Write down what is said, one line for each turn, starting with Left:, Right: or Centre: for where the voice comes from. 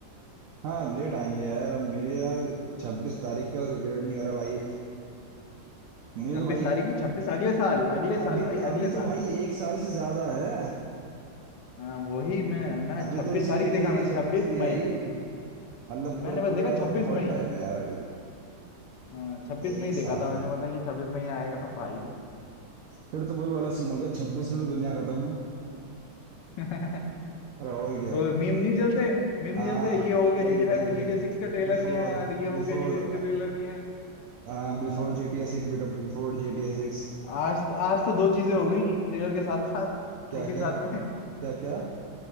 Right: हाँ लेट आएंगे यार अब मेरी यार छब्बीस तारीख का वेट नहीं हो रहा भाई मुझे
Left: छब्बीस
Right: तो भाई
Left: तारीख नहीं छब्बीस अगले साल अगले
Right: अगले
Left: साल भाई
Right: अभी
Left: अगले
Right: तो
Left: साल
Right: भाई एक साल से ज्यादा है
Left: हाँ, वही मैं मैं
Right: अभी
Left: छब्बीस
Right: तो इसी
Left: तारीख
Right: महीने
Left: देखा
Right: की
Left: मैंने
Right: छब्बीस
Left: छब्बीस
Right: नहीं
Left: मई
Right: आई मतलब
Left: हाँ, मैंने
Right: पूरा
Left: बस
Right: पूरा
Left: देखा छब्बीस
Right: बहुत
Left: मई
Right: टाइम है यार अभी
Left: हाँ, छब्बीस
Right: एक
Left: में ही
Right: साल
Left: देखा था मैंने पता कि छब्बीस में ही आएगा भाई
Right: फिर तो वही वाला सीन हो गया छब्बीस में तो दुनिया खत्म है
Left: <laughs>
Right: और और क्या
Left: वो मीम नहीं चलते मीम नहीं
Right: हाँ
Left: चलते ये हो गया
Right: वही
Left: GTA
Right: वही
Left: 5 के
Right: वही
Left: GTA 6 का ट्रेलर
Right: बिफोर
Left: नहीं आया यार ये हो
Right: बिफोर
Left: गया GTA 6 का ट्रेलर नहीं आया
Right: हाँ before
Left: हाँ
Right: G T S six bit before G T A six
Left: आज तो आज तो दो चीजें हो गई ट्रेलर के साथ साथ
Right: क्या
Left: एक ही
Right: क्या
Left: साथ में
Right: क्या क्या